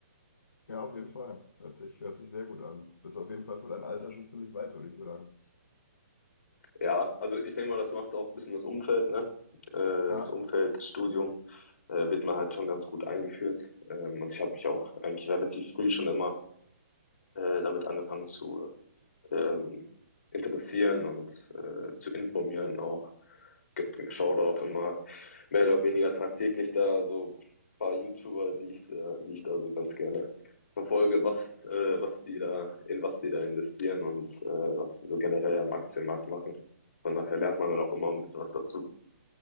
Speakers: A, on the left (about 80°); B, on the left (about 60°).
A: ja, auf jeden Fall. Hört sich, hört sich sehr gut an. Bist auf jeden Fall für dein Alter schon ziemlich weit, würde ich sagen.
B: Ja, also ich denke mal, das macht auch ein bisschen das Umfeld, ne? Äh,
A: Ja,
B: das Umfeld, das Studium äh, wird man halt schon ganz gut eingeführt. Ähm, und ich habe mich auch eigentlich relativ früh schon immer äh, damit angefangen zu ähm, interessieren und äh, zu informieren auch. Ge- Schaue da auch immer mehr oder weniger tagtäglich da so ein paar YouTuber, die ich da, die ich da so ganz gerne verfolge, was, äh, was die da, in was die da investieren und äh, was sie so generell am Aktienmarkt machen. Von daher lernt man dann auch immer ein bisschen was dazu.